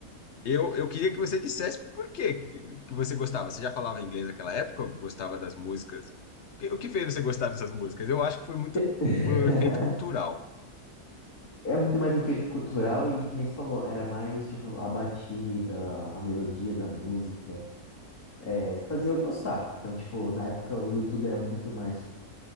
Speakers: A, on the left; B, on the left.
A: Eu, eu queria que você dissesse por que que que você gostava. Você já falava inglês naquela época? Gostava das músicas? O que o que fez você gostar dessas músicas? Eu acho que foi muito
B: <laughs>
A: um efeito cultural.
B: É muito mais efeito cultural e que nem você falou, era mais tipo a batida, a melodia da música, é, fazia eu gostar. Então, tipo, na época o YouTube era muito mais,